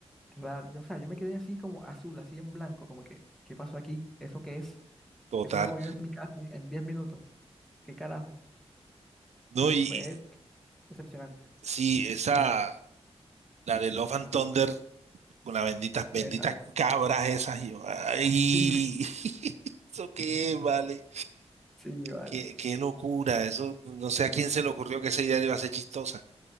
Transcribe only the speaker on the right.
total.
No,
y
y sí, esa. La de Love and Thunder con las benditas, benditas
cabras esas. y yo, ay,
<laughs> ¿eso qué, vale?
Qué, qué locura. Eso, no sé a quién se le ocurrió que esa idea iba a ser chistosa.